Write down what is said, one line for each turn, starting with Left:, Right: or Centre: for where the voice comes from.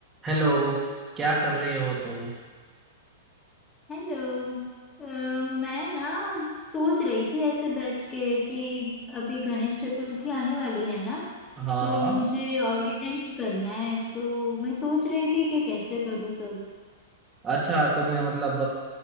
Right: Hello क्या कर रहे हो तुम
Left: Hello अ, मैं ना सोच रही थी ऐसे बैठ के कि अभी गणेश चतुर्थी आने वाली है ना
Right: हाँ
Left: तो
Right: हाँ
Left: मुझे ऑर्गेनाइज करना है तो मैं सोच रही थी कि कैसे करूँ सब
Right: अच्छा तुम्हें मतलब